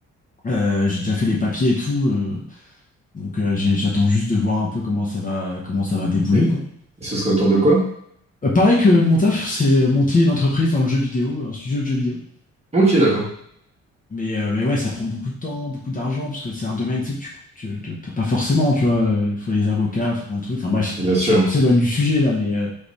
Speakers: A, on the left; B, on the right.
A: Euh, j'ai déjà fait les papiers et tout, euh, donc euh, j'ai- j'attends juste de voir un peu comment ça va, comment ça va débouler,
B: Et
A: quoi.
B: et ce serait autour de quoi?
A: Euh, pareil que mon taf, c'est monter une entreprise dans le jeu vidéo, un studio de jeux vidéo.
B: Ok, d'accord.
A: Mais, euh, mais ouais, ça prend beaucoup de temps, beaucoup d'argent, parce que c'est un domaine, tu sais, que tu, tu t'as pas forcément, tu vois. Il faut les avocats, il faut plein de trucs. Enfin bref,
B: Bien sûr.
A: on s'éloigne du sujet là, mais euh,